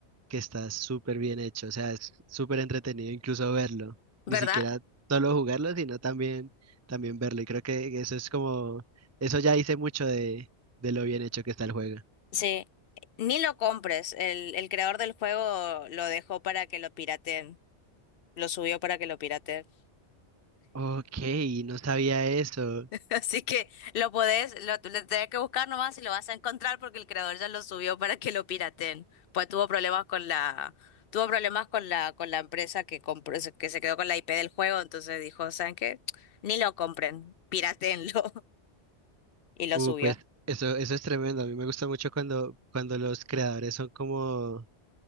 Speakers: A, on the right (about 20°); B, on the left (about 60°).
A: que está súper bien hecho, o sea, es súper entretenido incluso verlo,
B: ¿Verdad?
A: ni siquiera solo jugarlo, sino también, también verlo, y creo que eso es como, eso ya dice mucho de, de lo bien hecho que está el juego.
B: Sí, ni lo compres. El, el creador del juego lo dejó para que lo pirateen. Lo subió para que lo pirateen.
A: Ok, no sabía eso.
B: <laughs> Así que lo podés, lo, lo tenés que buscar nomás y lo vas a encontrar porque el creador ya lo subió para que lo pirateen. Pues tuvo problemas con la, tuvo problemas con la, con la empresa que compró, se- que se quedó con la IP del juego, entonces dijo, ¿saben qué? Ni lo compren, pirateenlo. <laughs> Y lo
A: Uh,
B: subió.
A: pues eso, eso es tremendo. A mí me gusta mucho cuando, cuando los creadores son como,